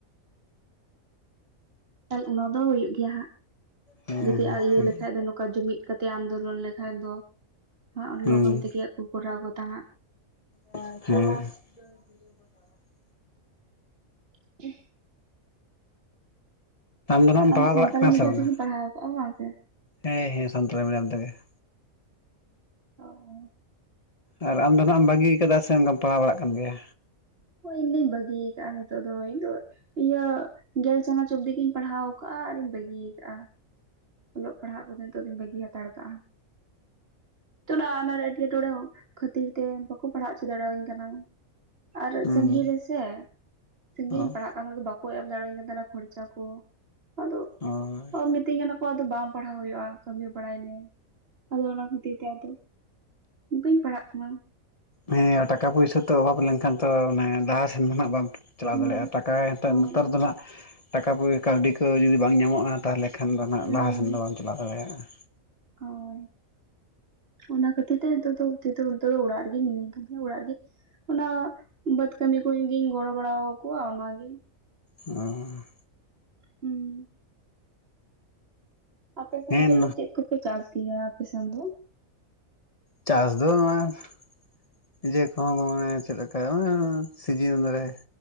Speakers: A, on the right; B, on the left.
A: ᱚᱱᱟ ᱫᱚ ᱦᱩᱭᱩᱜ ᱜᱮᱭᱟ ᱦᱟᱸᱜ
B: ᱦᱮᱸ
A: ᱡᱩᱫᱤ ᱤᱭᱟᱹ
B: ᱦᱮᱸ
A: ᱞᱮᱠᱷᱟᱡ ᱫᱚ ᱱᱚᱝᱠᱟ ᱡᱩᱢᱤᱫ ᱠᱟᱛᱮ ᱟᱱᱫᱳᱞᱚᱱ ᱞᱮᱠ ᱠᱷᱟᱡ ᱫᱚ ᱦᱟᱸᱜ ᱞᱚᱜᱚᱱ
B: ᱦᱮᱸ
A: ᱛᱮᱜᱮᱭᱟᱜ ᱠᱚ ᱠᱚᱨᱟᱣ ᱜᱚᱫᱟ ᱦᱟᱸᱜ ᱾
B: <inaudible> ᱦᱮᱸ <inaudible>
A: <inaudible>
B: ᱫᱚ ᱱᱟᱜ
A: ᱛᱚ
B: ᱮᱢ
A: ᱟᱢ
B: ᱯᱟᱲᱦᱟᱣ
A: ᱥᱟᱱᱛᱟᱞᱤ
B: ᱵᱟᱲᱟᱜ ᱠᱟᱱᱟ
A: ᱢᱤᱰᱤᱭᱟᱢ
B: ᱥᱮ ᱵᱟᱝᱟ
A: ᱛᱮᱜᱮ ᱯᱟᱲᱦᱟᱣ ᱠᱟᱜᱼᱟ ᱵᱟᱝ ᱥᱮ?
B: ᱦᱮᱸ ᱦᱮᱸ ᱥᱟᱱᱛᱟᱲᱤ ᱢᱤᱰᱤᱭᱟᱢ ᱛᱮᱜᱮ ᱾
A: ᱚᱸ <inaudible>
B: ᱟᱨ ᱟᱢᱫᱚ ᱱᱟᱸᱜ ᱮᱢ ᱵᱟᱹᱜᱤ ᱠᱟᱫᱟ ᱥᱮ ᱚᱱᱠᱟᱢ ᱯᱟᱲᱦᱟᱣ ᱵᱟᱲᱟᱜ ᱠᱟᱱ ᱜᱮᱭᱟ?
A: ᱤᱧ ᱫᱚᱧ ᱵᱟᱹᱜᱤ ᱠᱟᱜᱼᱟ ᱱᱤᱛᱚᱜ ᱫᱚ ᱤᱧ ᱫᱚ ᱤᱭᱟᱹ ᱜᱮᱞ ᱪᱟᱱᱟᱪ ᱚᱵᱫᱤ ᱜᱤᱧ ᱯᱟᱲᱦᱟᱣ ᱠᱟᱜᱼᱟ ᱟᱨᱤᱧ ᱵᱟᱹᱜᱤ ᱠᱟᱜᱼᱟ ᱾ ᱚᱞᱚᱜ ᱯᱟᱲᱦᱟᱜ ᱠᱚᱫᱚ ᱱᱤᱛᱚᱜ ᱫᱤᱱ ᱵᱟᱹᱜᱤ ᱦᱟᱛᱟᱲ ᱠᱟᱜᱼᱟ ᱾ ᱛᱷᱚᱲᱟ ᱟᱱᱟᱨ ᱮᱴᱠᱮᱴᱚᱬᱮ ᱦᱚᱸ ᱠᱷᱟᱹᱛᱤᱨ ᱛᱮ ᱵᱟᱠᱚ ᱯᱟᱲᱦᱟᱣ ᱦᱚᱪᱚ ᱫᱟᱲᱮ ᱟᱹᱧ ᱠᱟᱱᱟ, ᱟᱨ
B: ᱦᱩᱸ
A: ᱥᱟᱹᱜᱤᱧ ᱨᱮᱥᱮ ᱥᱟᱹᱜᱤᱧ
B: ᱚ
A: ᱨᱤᱧ ᱯᱟᱲᱦᱟᱜ ᱠᱟᱱᱟ ᱛᱚ ᱵᱟᱠᱚ ᱮᱢ ᱫᱟᱲᱮ ᱟᱹᱧ ᱠᱟᱱ ᱛᱟᱦᱮᱱᱟ ᱠᱷᱚᱨᱪᱟ ᱠᱚ ᱟᱫᱚ
B: ᱦᱳᱭ
A: ᱚ ᱢᱤᱛᱟᱧ ᱢᱤᱛᱟᱧ ᱠᱟᱱ ᱠᱚ ᱟᱫᱚ ᱵᱟᱝ ᱯᱟᱲᱦᱟᱣ ᱦᱩᱭᱩᱜᱼᱟ ᱠᱟᱹᱢᱤ ᱵᱟᱲᱟᱭ ᱢᱮ ᱟᱫᱚ ᱚᱱᱟ ᱠᱷᱟᱹᱛᱤᱨ ᱛᱮ ᱟᱫᱚ, ᱵᱟᱹᱧ ᱯᱟᱲᱦᱟᱜ ᱠᱟᱱᱟ ᱾
B: ᱦᱮᱸ ᱴᱟᱠᱟ ᱯᱩᱭᱥᱟᱹ ᱛᱚ ᱚᱵᱷᱟᱵ ᱞᱮᱱᱠᱷᱟᱱ ᱛᱚ <inaudible> ᱢᱟᱱᱮ ᱞᱟᱦᱟ ᱥᱮᱱ ᱫᱚ ᱱᱷᱟᱜ ᱵᱟᱝ ᱪᱟᱞᱟᱣ
A: ᱦᱩᱸ
B: ᱫᱟᱲᱮᱭᱟᱜᱼᱟ ᱴᱟᱠᱟ ᱱᱮᱛᱟᱨ
A: ᱦᱳᱭ
B: ᱱᱮᱛᱟᱨ ᱫᱚ ᱱᱷᱟᱸᱜ ᱴᱟᱠᱟ ᱯᱚᱭ ᱠᱟᱹᱣᱰᱤ ᱠᱚ ᱡᱩᱫᱤ ᱵᱟᱝ ᱧᱟᱢᱚᱜᱼᱟ, ᱛᱟᱦᱚᱞᱮ ᱠᱷᱟᱱ ᱫᱚ ᱱᱟᱜ
A: ᱦᱩᱸ
B: ᱞᱟᱦᱟ ᱥᱮᱱ ᱫᱚ ᱵᱟᱢ ᱪᱟᱞᱟᱣ ᱫᱟᱲᱮᱭᱟᱜᱼᱟ ᱾
A: ᱦᱳᱭ ᱚᱱᱟ ᱠᱷᱟᱹᱛᱤᱨ ᱛᱮ ᱱᱤᱛᱚᱜ ᱫᱚ ᱚᱵᱫᱤ ᱫᱚ ᱱᱤᱛᱚᱜ ᱫᱚ ᱚᱲᱟᱜ ᱨᱮᱜᱤ ᱢᱤᱱᱟᱹᱧ ᱠᱟᱹᱫᱤᱧᱟ ᱚᱲᱟᱜ ᱨᱮᱜᱮ ᱚᱱᱟ ᱵᱟᱹᱫᱽ ᱠᱟᱹᱢᱤ ᱠᱚ ᱜᱤᱧ ᱜᱚᱲᱚ ᱵᱟᱲᱟ ᱠᱚᱣᱟ ᱚᱱᱟ ᱜᱤ ᱾
B: ᱚᱸ
A: ᱦᱩᱸ ᱟᱯᱮᱥᱮᱱ
B: ᱦᱮᱸ
A: ᱫᱚ ᱪᱮᱫ ᱠᱚᱯᱮ ᱪᱟᱥ ᱜᱮᱭᱟ ᱟᱯᱮ ᱥᱮᱱ ᱫᱚ?
B: ᱪᱟᱥ ᱫᱚ <unintelligible> ᱡᱮ ᱠᱚᱱᱳ ᱱᱚᱜ-ᱚᱭ ᱪᱮᱫ ᱞᱮᱠᱟ <inaudible> ᱥᱤᱡᱤᱱ ᱨᱮ